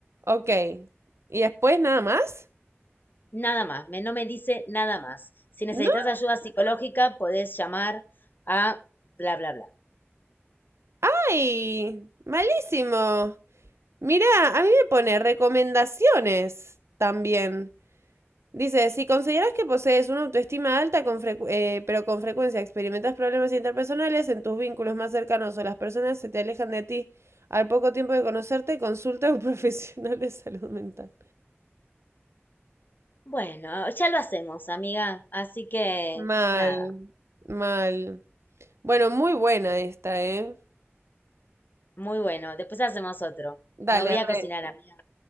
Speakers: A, on the right; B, on the left.
A: Ok. ¿Y después nada más?
B: Nada más, me, no me dice nada más. Si necesitas
A: No.
B: ayuda psicológica, podés llamar a bla, bla, bla.
A: ¡Ay! Malísimo. Mirá, a mí me pone recomendaciones también. Dice, si consideras que posees una autoestima alta, con frecu- eh, pero con frecuencia experimentas problemas interpersonales en tus vínculos más cercanos o las personas se te alejan de ti al poco tiempo de conocerte, consulta a un <laughs> profesional de salud mental.
B: Bueno, ya lo hacemos, amiga. Así que,
A: Mal,
B: nada,
A: mal. Bueno, muy buena esta, ¿eh?
B: muy bueno. Después hacemos otro.
A: Dale,
B: Me voy
A: re.
B: a cocinar, amiga.